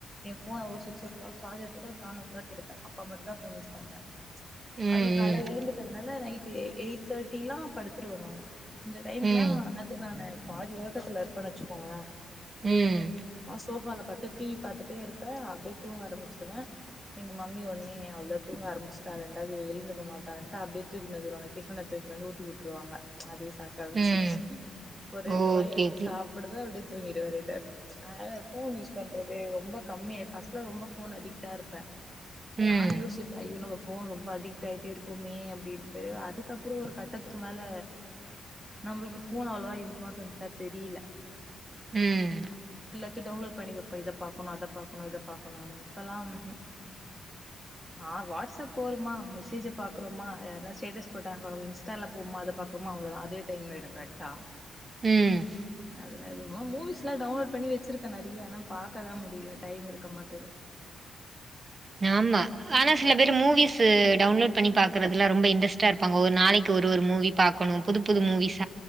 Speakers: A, in the centre; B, on the right.
A: எ ஃபோன ஒரு சிக்ஸ் ஓ கிளாக் சார்ஜர் போட்டு செவன் ஓ கிளாக் எடுப்பே அப்ப மட்டுதா ஃபோன் யூஸ் பண்ணுவே
B: ம்
A: அதுவு கால்ல
B: ம்
A: எழுந்துக்கதுனால நைட் எ எயிட் தேர்ட்டில்லா படுத்துடுவே நானு இந்த டைம்குலா
B: ம்
A: இன்னேரதுக்கு நானு பாதி ஒறக்கத்துல இரு ப்பேன் வெச்சுக்கோங்களே
B: ம்
A: சோஃபால படுத்து டி வி பாத்துட்டே இருப்ப அப்டியே தூங்க ஆரம்பிச்சுருவ எங்க மம்மி ஒடனே அவ்ளத தூங்க ஆரம்பச்சிட்டா ரெண்டாவுது இவ எழுந்துக்க மாட்டான்ட்டு அப்டியே தூக்கினு வந்துருவாங்க டிஃபன தூக்கினு வந்து ஊட்டி உட்ருவாங்க அதே சாக்கா வச்சு
B: ம்
A: ஒரு ரண்டு
B: ஓகே
A: வாயோடயெ
B: ஓகே
A: அதா அப்டியே தூங்கிடுவ ரிட்டன் அதனால ஃபோன் யூஸ் பண்றது ரொம்ப கம்மி ஃபஸ்ட்லா ரொம்ப ஃபோன் அடிக்டா இருப்ப
B: ம்
A: நானு யோசிப்ப ஐயோ நம்ம ஃபோ ஃபோன் ரொம்ப அடிக்ட் ஆய்ட்டே இருக்கோமே அப்டின்ட்டு அதுக்கப்புற ஒரு கட்டத்துக்கு மேல நம்முளுக்கு ஃபோன் அவ்ளோவா இம்பார்ட்டன்ஸா தெரில
B: ம்
A: தயு டவுன்லோட் பண்ணி வப்ப இத பாக்கனு அத பாக்கனு இத பாக்கனுனு இப்பெல்லா ம் ஹூ வா வாட்ஸ்அப் போறமா மெசேஜ பாக்கறொமா யார்னா ஸ்டேட்டஸ் போட்டங்க இன்ஸ்டால போவோமா அத பாக்றோமா அவ்ளோதா அதே டைம் ஆய்ரு கரெக்டா
B: ம்
A: அதுல எதுமா மூவிஸ்ல்லா டவுன்லோட் பண்ணி வச்சிருக்க நறையா ஆனா பாக்கதா முடில டைம் இருக்க மாட்டுது
B: ஆம்மா ஆனா சில பேர் மூவிஸு டவுன்லோட் பண்ணி பாக்கறதுல ரொம்ப இன்ட்ரெஸ்டா இருப்பாங்க ஒரு நாளைக்கு ஒரு ஒரு மூவி பாக்கணு புது புது மூவிஸ்